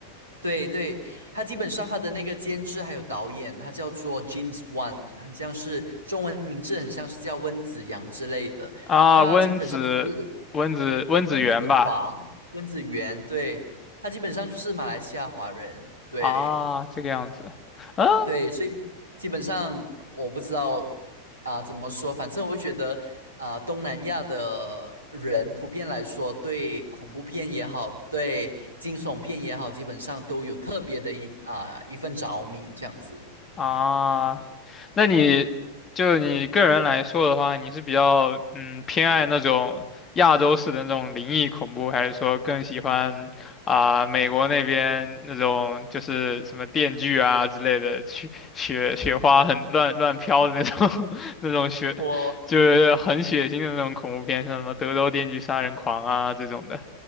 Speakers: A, on the right; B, on the left.
A: 对对，他基本上他的那个监制还有导演，他叫做 James Wan，很像是中文名字，很像是叫温子阳之类的。
B: 啊，
A: 他基本上就是
B: 温子温子温子源吧，
A: 温子华、温子元，对，他基本上就是马来西亚华人，对。
B: 啊，这个样子，啊，
A: 对，所以基本上我不知道啊、怎么说，反正我觉得啊、东南亚的人普遍来说，对恐怖片也好，对惊悚片也好，基本上都有特别的一啊、一份着迷这样子。
B: 啊，那你就你个人来说的话，
A: 嗯，
B: 你是比较嗯偏爱那种亚洲式的那种灵异恐怖，还是说更喜欢啊、美国那边那种就是什么电锯啊之类的，雪雪雪花很乱乱飘的那种 <laughs> 那种雪，
A: 我
B: 就是很血腥的那种恐怖片，像什么德州电锯杀人狂啊这种的